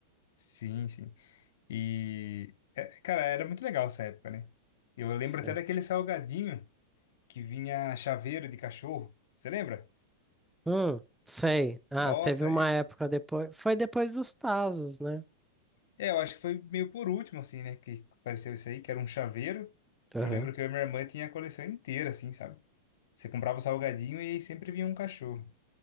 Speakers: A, on the left; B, in the centre.
A: sim, sim. E, é, cara, era muito legal essa época, né? Eu lembro
B: Sei.
A: até daquele salgadinho que vinha chaveiro de cachorro. Você lembra?
B: Hum, sei. Ah,
A: Nossa,
B: teve uma
A: e-
B: época depois. Foi depois dos Tazos, né?
A: é, eu acho que foi meio por último, assim, né? Que apareceu isso aí, que era um chaveiro.
B: Aham.
A: Eu lembro que eu e minha irmã tinha a coleção inteira, assim, sabe? Você comprava o salgadinho e aí sempre vinha um cachorro,